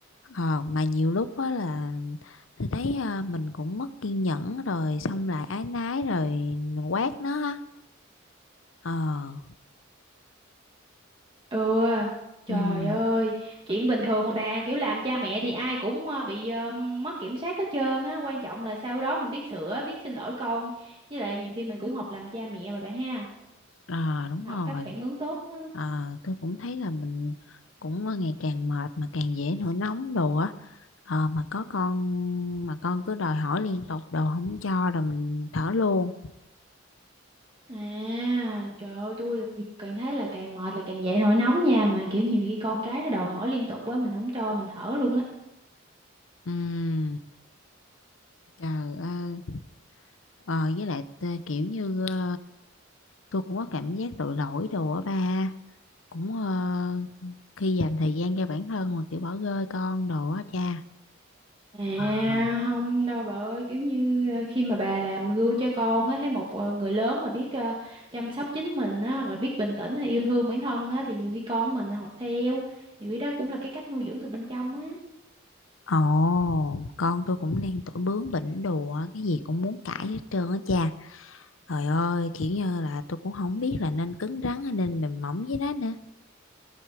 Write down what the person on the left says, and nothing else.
Ờ mà nhiều lúc đó là tôi thấy ờ, mình cũng mất kiên nhẫn rồi xong lại ái nái rồi quát nó ha. Ờ
ừ,
ờ đúng
rồi.
Ờ tôi cũng thấy là mình cũng ngày càng mệt mà càng dễ nổi nóng đồ á ờ mà có con mà con cứ đòi hỏi liên tục đồ không cho rồi mình thở luôn
Ừm, trời ơi ờ, với lại tê- kiểu như ờ, tôi cũng có cảm giác tội lỗi đồ á ba cũng ờ, khi dành thời gian cho bản thân mà kiểu bỏ rơi con đồ á cha
Ờ.
Ồ, con tôi cũng đang tuổi bướng bỉnh đồ á, cái gì cũng muốn cãi hết trơn á cha. Trời ơi, kiểu như là tôi cũng không biết là nên cứng rắn hay nên mềm mỏng với nó nữa.